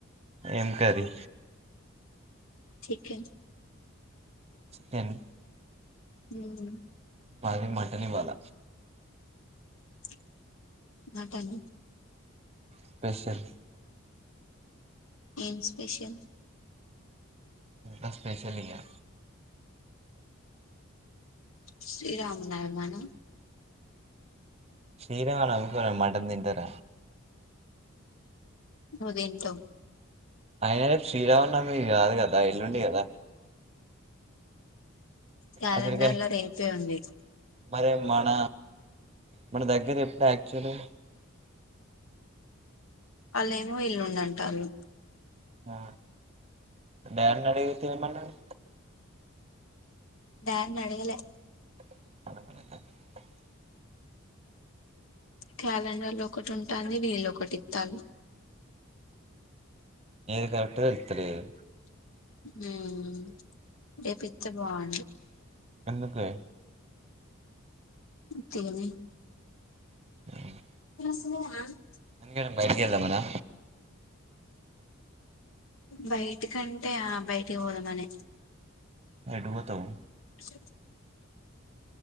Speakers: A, on the right; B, on the left.
A: ఏం కర్రి
B: చికెన్
A: చికెన్
B: ఉమ్
A: మాది మ టన్ ఇవాల
B: జ మటన్
A: స్పెషల్
B: ఏం స్పెషల్
A: ఆ స్పెషలేగా
B: శ్రీరామనవమనే
A: శ్రీరామనవమి కి ఎవరైన మటన్ తింటార
B: నుతింటావ్
A: అయన రేపు శ్రీరామనవమి కాదు గద ఎల్లుండి కదా
B: క్యాలెండర్
A: అసలుకే
B: లో రేపే ఉంది
A: మరి మన మన దగ్గర ఎప్పుడు యాక్చువల్
B: వాళ్ళేమో ఎల్లుండంటారు
A: ఆ డాడ్ని అడిగితే ఏ మన్నారు
B: డాడ్ ని అడగలే
A: అదద
B: క్యాలెండర్లు ఒకటి ఉంటాంది వీళ్ళు ఒకటి ఇత్తారు
A: ఏది కరక్ట్ గా తెలీదు
B: హ్మ్ రేపిత్తే బాగుండు
A: ఎందుకే
B: తేనే
A: <unintelligible>
B: సంది
A: ఎందుకైన బయటకి వెళ్దాం అలా
B: బయటి కంటే ఆ బయటికి పోదామనె
A: ఎటు బోతావ్
B: <unintelligible>